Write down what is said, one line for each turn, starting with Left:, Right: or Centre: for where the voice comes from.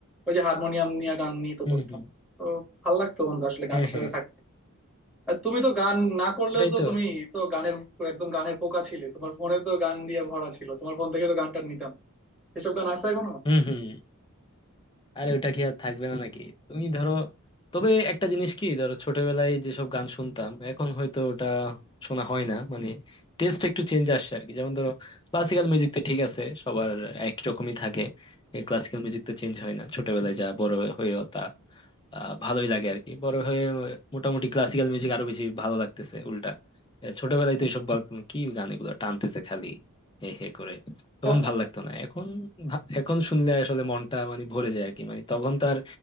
Centre: ওই যে হারমোনিয়াম নিয়ে গান নিয়ে তো
Left: হুম
Centre: করতাম
Left: হুম
Centre: তো ভাল লাগতো বন্ধু আসলে গানের
Left: হ্যাঁ
Centre: সাথে
Left: হ্যাঁ
Centre: থাকতে আর তুমি তো গান না করলেও
Left: ওটাই
Centre: তো
Left: তো
Centre: তুমি তো গানের একদম গানের পোকা ছিলে তোমার ফোনে তো গান দিয়ে ভরা ছিল তোমার ফোন থেকে তো গান টান নিতাম এসব গান আছে এখনো
Left: হম হম আরে ওটা কি আর থাকবে না নাকি তুমি ধরো তবে একটা জিনিস কি ধরো ছোটবেলায় যেসব গান শুনতাম এখন হয়তো ওটা শোনা হয় না মানে টেস্ট একটু চেঞ্জ আসছে আর কি যেমন ধরো ক্লাসিক্যাল মিউজিক তো ঠিক আছে সবার একই রকমই থাকে ক্লাসিক্যাল মিউজিক তো চেঞ্জ হয় না ছোটবেলায় যা বড় হয়েও তা আহ ভালোই লাগে আর কি বড় হয়ে মোটামুটি ক্লাসিক্যাল মিউজিক আরো বেশি ভালো লাগতেছে উল্টা আহ ছোটবেলায় তো এইসব বলতাম কি গান এগুলো টানতেছে খালি হে হে করে তখন
Centre: <laughs>
Left: ভাল লাগতো না এখন ভা- এখন শুনলে আসলে মনটা মানে ভরে যায় আর কি মানে তখন তো আর